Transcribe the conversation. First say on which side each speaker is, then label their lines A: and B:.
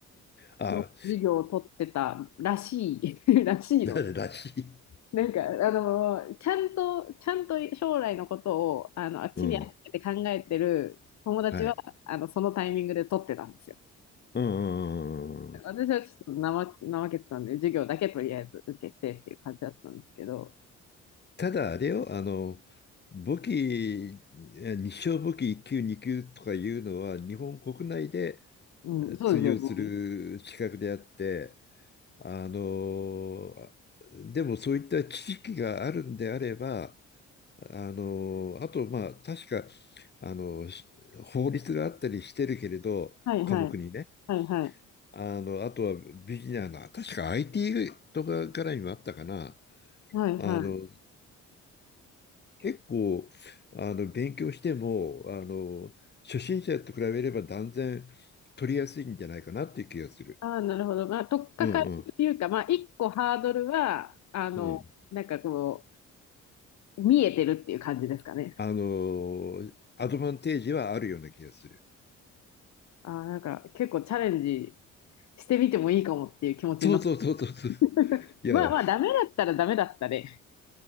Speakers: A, on the left (about 35°); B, on the left (about 65°).
A: あ、
B: の授業を取ってたらしい、<laughs> らしいの
A: だらしい。
B: なんか、あの、ちゃんと、ちゃんと将来のことを、あの、あっちに預けて考えてる友達は、
A: うん。はい。
B: あの、そのタイミングで取ってたんですよ。
A: うんうんうんうん
B: 私はちょっと怠け、怠けてたんで、授業だけとりあえず受けてっていう感じだったんですけど、
A: ただあれよ、あの、武器、え日商武器1級、2級とかいうのは、日本国内で
B: うん、
A: え通用する資格であって、
B: そうですよね。
A: あの、あでもそういった知識があるんであれば、あの、あと、まあ、確か、あの、し法律があったりしてるけれど、
B: はいはい、
A: 科目にね、
B: はいはい、
A: あの、あとはビギナーの、確か IT とか絡みもあったかな。
B: はいはい。
A: あの、結構あの勉強してもあの初心者と比べれば断然取りやすいんじゃないかなっていう気がする。
B: ああ、なるほど。まあ、とっかかりっていうか、
A: うんうん
B: まあ、一個ハードルは、あの、
A: うん。
B: なんかこう、見えてるっていう感じですかね。
A: あのアドバンテージはあるような気がする。
B: ああ、なんか結構チャレンジしてみてもいいかもっていう気持ちになった。
A: そうそうそうそうそう。
B: <laughs>
A: いや、
B: まあまあ、ダメだったらダメだったで、